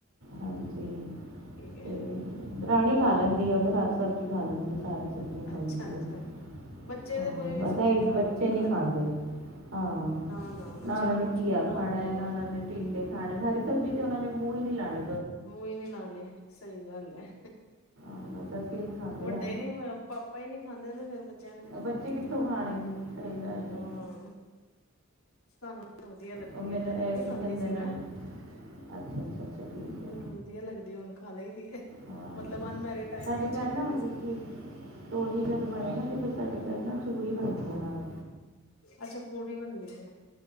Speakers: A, on the right (about 75°); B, on the left (about 85°).
A: ਹਾਂਜੀ,
B: ਹੈ
A: ਤੇ ਦਰਾਣੀ ਖਾ ਲੈਂਦੀ ਆ ਓ ਤਾਂ ਹਰ ਸਬਜ਼ੀ ਖਾ ਲੈਂਦੇ, ਸਾਰੀ ਸਬਜ਼ੀਆਂ ਖਾ
B: ਅੱਛਾ
A: ਲੈਂਦੇ
B: ਅੱਛਾ
A: ਓ ਵੀ
B: ਬੱਚੇ
A: ਹਾਂ,
B: ਤੇ ਕੋਈ ਵੀ
A: ਬਸ
B: ਸਬਜ਼ੀ
A: ਏ
B: ਬਣਾ
A: ਈ
B: ਲੋ
A: ਬੱਚੇ
B: ਨਹੀਂ
A: ਨੀ ਖਾਂਦੇ। ਹਾਂ,
B: ਨਾ ਬੱਚਿਆਂ
A: ਨਾ ਏਨਾ
B: ਨੂੰ
A: ਨੇ
B: ਕੁਛ
A: ਘੀਆ
B: ਵੀ ਬਣਾ
A: ਖਾਣਾ,
B: ਕੇ ਦੇ
A: ਨਾ
B: ਦੋ
A: ਏਨਾਂ ਨੇ ਟੀਂਡੇ ਖਾਣੇ ਹਰੀ ਸਬਜ਼ੀ ਤੇ ਏਨਾਂ ਨੇ ਮੂੰ ਈ ਨੀ ਲਾਣੇ
B: ਮੂੰ ਈ ਨੀ ਲਾਂਣੇ, ਸਈ ਗੱਲ ਐ।
A: <inaudible>
B: ਵੱਡੇ
A: ਆ
B: ਈ ਨੀ, ਪਾਪਾ ਈ ਨੀ ਖਾਂਦੇ ਤੇ ਫੇਰ ਬੱਚਿਆਂ ਨੇ
A: ਬੱਚੇ
B: ਖਾਣੇ
A: ਕਿੱਥੋਂ ਖਾਣਗੇ, ਸਹੀ ਗੱਲ
B: ਹਾਂ
A: ਐ
B: ਸਾਨੂੰ ਵਦੀਆ ਲੱਗਦੀ
A: ਉਹ ਮੇਰੇ
B: ਐ, ਪੈਲੀ
A: ਇਹ ਕੀ
B: ਖਾਂਦੀ
A: ਕਹਿੰਦੇ
B: ਸੀ
A: ਨੇ
B: ਮੈਂ
A: ਅੱਛਾ, ਅੱਛਾ, ਅੱਛਾ। ਠੀਕ
B: ਹੂੰ,
A: ਹੈ
B: ਵਧੀਆ ਲੱਗਦੀ ਹੁਣ ਖਾ ਲਈ ਦੀ ਏ,
A: ਹਾਂ
B: ਮਤਲਬ ਅਨਮੈਰਿਡ ਟੈਮ
A: ਸਾਡੇ
B: ਨੀ ਅੱਛੀ
A: ਘਰ
B: ਲੱਗਦੀ
A: ਨਾ ਮਤਲਬ
B: ਸੀ।
A: ਕਿ ਤੋਰੀ ਜਦ ਬਣੇ ਨਾ ਤੇ ਫੇਰ ਸਾਡੇ ਘਰ ਨਾ ਪੂਰੀ ਬਣਦੀ ਆ ਨਾਲ
B: ਅੱਛਾ, ਪੂੜੀ ਬਣਦੀ ਐ।